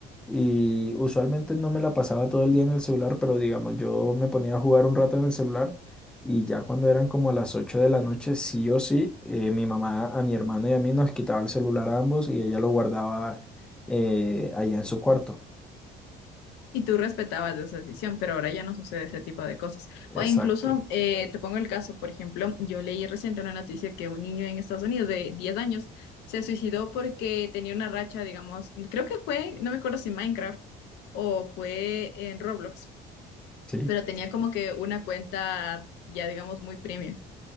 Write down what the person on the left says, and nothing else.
Y tú respetabas esa decisión, pero ahora ya no sucede ese tipo de cosas.
O incluso, eh, te pongo el caso, por ejemplo, yo leí reciente una noticia que un niño en Estados Unidos de 10 años se suicidó porque tenía una racha, digamos, creo que fue, no me acuerdo si Minecraft o fue en Roblox
pero tenía como que una cuenta ya digamos muy premium